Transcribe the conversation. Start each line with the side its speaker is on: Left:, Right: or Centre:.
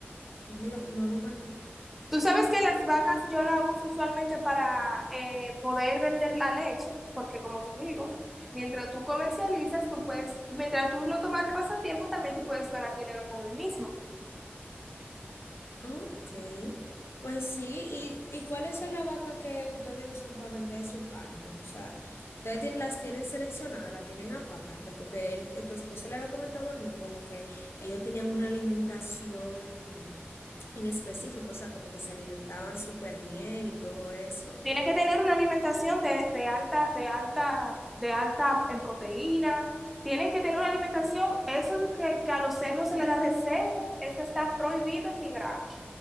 Left: no me lo, no lo maltrato.
Centre: Tú sabes que las vacas yo las uso usualmente para eh, poder vender la leche, porque como te digo, mientras tú comercializas, tú puedes, mientras tú lo tomas pasatiempo, también tú puedes ganar dinero con el mismo.
Left: Okay, pues sí, ¿y, y cuáles son las vacas que ustedes usan para vender su carne? O sea, ustedes tienen, las tienen seleccionadas, las tienen aparte, porque él- eh, tu esposo le había comentado al mío como que ellos tenían una alimentación en específico, o sea, como que se alimentaban súper bien y todo eso.
Centre: Tienes que tener una alimentación de, de alta, de alta, de alta en proteína. Tienes que tener una alimentación, eso que, que a los cerdos se les da de seco, eso está prohibido en mi granja.